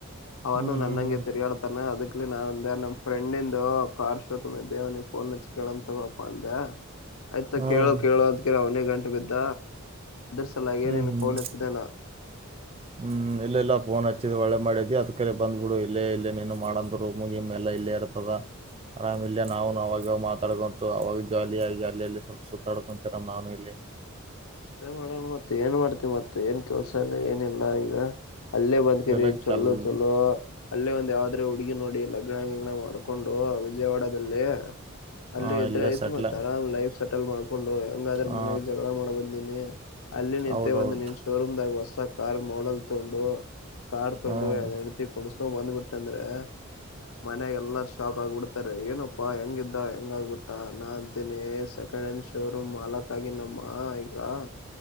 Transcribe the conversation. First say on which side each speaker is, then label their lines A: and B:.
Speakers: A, on the left; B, on the right.
A: ಅವನು
B: ಹ್ಮ್
A: ನನ್ನಂಗೆ
B: ಹ್ಮ್
A: ತಿರಿಗಾಡ್ತಾನೆ ಅದಕ್. ನಾನ್ ಅಂದೆ ನಮ್ ಫ್ರೆಂಡ್ ಇಂದು ಕಾರ್ ಶೋರೂಮ್ ಇದ್ದೆ ನೀ ಫೋನ್ ಹಚ್ ಕೇಳಣ ತಗೋಪ ಅಂದೆ. ಆಯ್ತಾ
B: ಹ್ಮ್
A: ಕೇಳೋ ಕೇಳೋ ಅಂತ ಅವುನೇ ಗಂಟೆ ಬಿದ್ದ ಸಲಾಗಿ
B: ಹ್ಮ್
A: ನೀನ್
B: ಹ್ಮ್
A: ಫೋನ್ ಹಚ್ಚಿದೆ ನಾ
B: ಹ್ಮ್ ಇಲ್ಲ ಇಲ್ಲಾ ಪನ್ <inaudible> ಹಚ್ಚಿದ ಒಳ್ಳೆ ಮಾಡಿದ್ವಿ ಅದ ಕಡೆ ಬಂದ್ಬಿಡು. ಇಲ್ಲೇ ಇಲ್ಲೇ ನೀನು ಮಾಡಂದು ರೂಮ್ ಗಿಮ್ಮೆಲ್ಲ ಇಲ್ಲೇ ಇರ್ತದ ಆರಾಮ ಇಲ್ಲ. ನಾನು ಅವವಾಗ ಮಾತಾಡ್ಕೊಂತು ಅವಾಗ ಜಾಲಿಯಾಗಿ ಅಲ್ಲಲ್ಲಿ ಸ್ವಲ್ಪ ಸುತ್ತಾಡ್ಕೊಂತರ. ನಾನು ಇಲ್ಲಿ
A: ಅಷ್ಟೇ ಮಾಡೋಣ ಮತ್ತೆ ಏನ್ ಮಾಡ್ತಿ ಮತ್ತೆ ಏನ್ ಕೆಲ್ಸ ಅಲ್ಲ ಏನಿಲ್ಲ ಈಗ. ಅಲ್ಲೇ ಬದ್ಕಿರಿ
B: ಇಲ್ಲ
A: ಚೊಲ್ಲೋ
B: ಕೆಲ್
A: -ಚೊಲ್ಲೋ ಅಲ್ಲೇ ಒಂದ್ ಯಾವ್ದರ ಅಲ್ಲೇ ಹುಡುಗಿ ನೋಡಿ ಲಗ್ನ ಗಿಗ್ನ ಮಾಡ್ಕೊಂಡು ಎಂಜಾಯ್ ಮಾಡದಲ್ಲಿ. ಅಲ್ಲೆ
B: ಹಾ
A: ಇದ್ರಾಯ್ತ್
B: ಇಲ್ಲೇ ಸೆಟ್ಲ್
A: ಮತ್ ಆರಾಮ್ ಲೈಫ್ ಸೆಟಲ್ ಮಾಡ್ಕೊಂಡು. ಹೆಂಗಾದ್ರ
B: ಹಾ
A: ಮನ್ಯಾಗ ಜಗಳ ಮಾಡಬ ಅಲ್ಲಿ ನಿಂದೆಒಂದು
B: ಹೌದೌದು
A: ನಿನ್ ಶೋರೂಮ್ ದಾಗ ಹೊಸ್, ಕಾರ್ ಮಾಡಲ್ ತಗೊಂಡು. ಕಾರ್ ತಗೊಂಡು
B: ಹ್ಮ್
A: ಹೆಂಡತಿ ಕೊಂದ್ರಸಗಂಡ ಬಂದ್ಬಿಟ್ಟ, ಏಕಂದ್ರೆ ಮನೆಯಾಗಎಲ್ಲಾರ ಶಾಕ್ ಆಗ್ಬಿಡ್ತಾರೆ. ಏನಪ್ಪಾ ಹೆಂಗಿದ್ದ ಹೆಂಗ ಆಗ್ಬಿಟ್ಟ, ನಾ ಅಂತೀನಿ ಸೆಕೆಂಡ್ ಹ್ಯಾಂಡ್ ಶೋರೂಮ್ ಮಾಲಕ್ ಆಗಿನಪ್ಪ. ನಮ್ಮ ಹಾ,